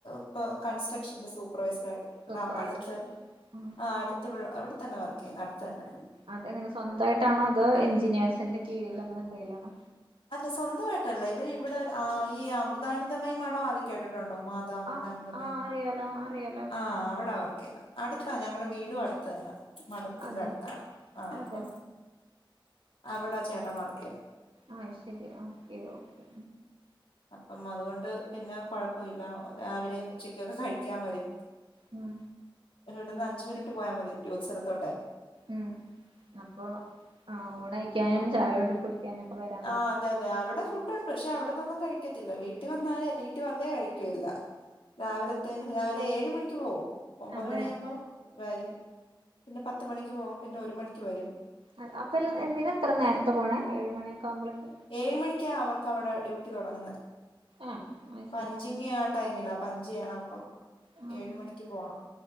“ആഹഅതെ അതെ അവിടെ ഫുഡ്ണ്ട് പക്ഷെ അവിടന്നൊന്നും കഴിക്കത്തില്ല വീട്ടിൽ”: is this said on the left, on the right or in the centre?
Left